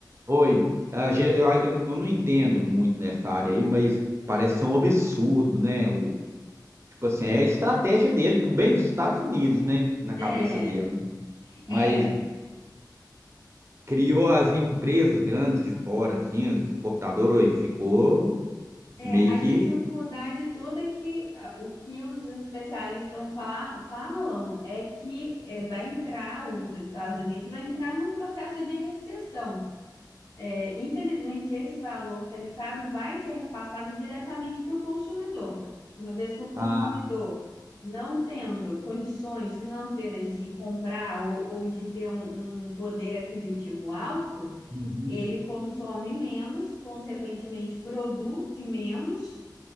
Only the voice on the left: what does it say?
É,
é,
é,
a
dificuldade toda é que ah, o que os especialistas fa- falam é que é, vai entrar, os Estados Unidos vai entrar num processo de recessão. É, infelizmente, esse valor tarifado vai ser repassado diretamente para o consumidor, uma vez que o consumidor,
não tendo condições financeiras de comprar ou, ou de ter um, um poder aquisitivo alto,
ele consome menos, consequentemente, produz menos